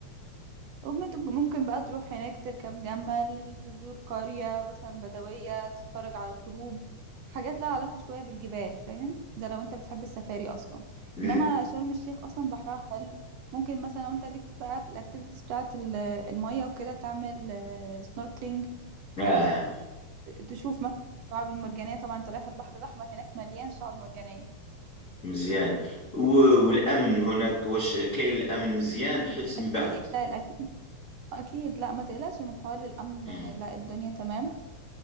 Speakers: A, on the right (about 65°); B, on the left (about 25°).
A: وممت- ممكن بقى تروح هناك تركب جمل تزور قرية مثلا بدوية تتفرج على الغروب حاجات لها علاقة شوية بالجبال فاهم ده لو انت بتحب السفاري اصلا
B: ال-
A: انما شرم الشيخ اصلا بحرها حلو ممكن مثلا لو انت ليك بقى في الاكتيفيتيز بتاعة ال- المية وكده تعمل سنوركلينج
B: اه
A: تشوف مثلا الشعاب المرجانية طبعا انت رايح البحر الأحمر هناك مليان شعاب مرجانية
B: مزيان و... والامن هناك واش كاين الامن مزيان حيت من
A: أكيد
B: بعد
A: لا الأكيد أكيد لا ما تقلقش من حوار الأمن
B: مم.
A: آه، لا الدنيا تمام